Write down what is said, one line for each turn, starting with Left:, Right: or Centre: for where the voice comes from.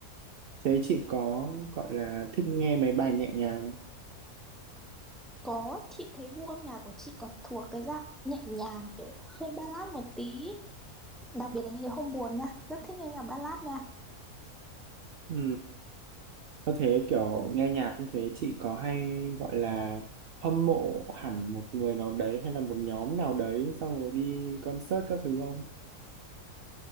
Right: thế chị có gọi là thích nghe mấy bài nhẹ nhàng không?
Centre: có chị thấy gu âm nhạc của chị có thuộc cái dạng nhẹ nhàng kiểu hơi ballad một tí đặc biệt là những cái hôm buồn nha rất thích nghe nhạc ballad nha
Right: ừ Có thế kiểu nghe nhạc như thế chị có hay gọi là hâm mộ hẳn một người nào đấy hay là một nhóm nào đấy xong rồi đi concert các thứ không?